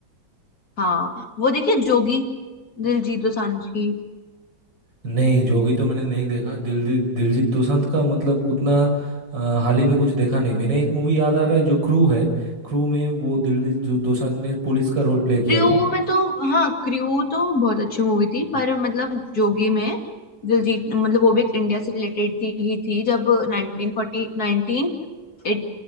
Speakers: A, on the left; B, on the right.
A: हाँ वो देखिए जोगी दिलजीत दोसांझ की
B: नहीं जोगी तो मैंने नहीं देखा दिलजीत दिलजीत दोसांझ का मतलब उतना अ, हाल ही में कुछ देखा नहीं मैंने एक मूवी याद आ रहा है जो क्रू है क्रू में वो दिलजीत जो दोसांझ ने पुलिस का रोल प्ले किया
A: क्रू
B: था
A: में तो हाँ क्रू तो बहुत अच्छी मूवी थी पर मतलब जोगी में दिलजीत मतलब वो भी एक इंडिया से रिलेटेड थी ही थी जब 1940 1980